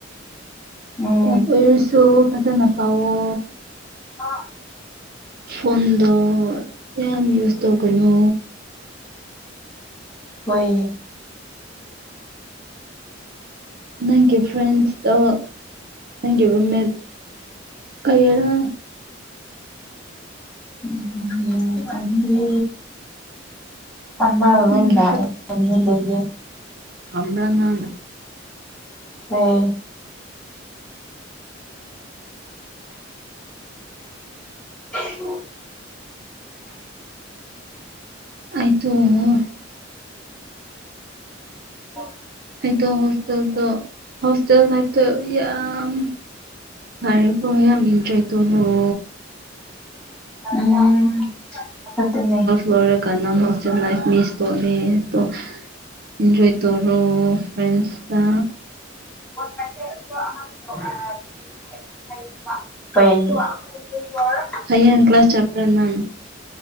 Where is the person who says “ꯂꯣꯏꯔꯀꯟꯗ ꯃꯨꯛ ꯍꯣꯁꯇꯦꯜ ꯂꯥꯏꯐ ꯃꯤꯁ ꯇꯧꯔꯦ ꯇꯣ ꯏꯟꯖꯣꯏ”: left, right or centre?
Right